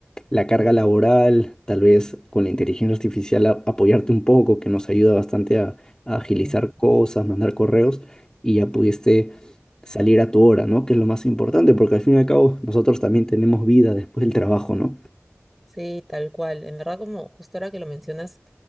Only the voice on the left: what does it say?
la carga laboral, tal vez con la inteligencia artificial a- apoyarte un poco, que nos ayuda bastante a, a agilizar
cosas, mandar correos y ya pudiste salir a tu hora, ¿no? Que es lo más importante, porque al fin y al cabo nosotros también tenemos vida después del trabajo, ¿no?